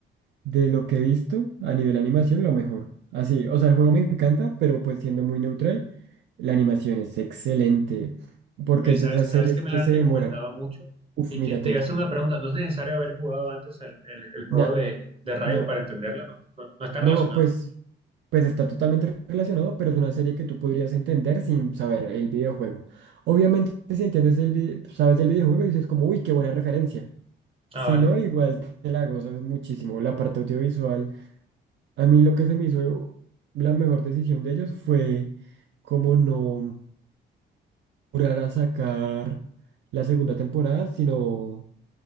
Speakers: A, on the right (about 65°); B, on the right (about 30°).
A: de lo que he visto a nivel animación lo mejor. Así, o sea, el juego me encanta, pero pues siendo muy neutral, la animación es excelente, porque
B: Oye,
A: es
B: ¿sabes,
A: de esas series
B: sabes que me
A: que
B: la
A: se
B: han recomendado
A: demoran.
B: mucho?
A: Uf,
B: Y
A: míratela.
B: te, te voy a hacer una pregunta, ¿no es necesario haber jugado antes el, el- el juego
A: Nah,
B: de, de Riot
A: nah,
B: para entenderla? No, no, no está
A: no,
B: relacionado.
A: pues. pues está totalmente relacionado, pero es una serie que tú podrías entender sin saber el videojuego. Obviamente, si entiendes el vi- sabes el videojuego y dices como, uy, qué buena referencia.
B: Ah,
A: Si
B: vale.
A: no, igual te la gozas muchísimo. La parte audiovisual, a mí lo que se me hizo la mejor decisión de ellos fue como no jurar a sacar la segunda temporada, sino,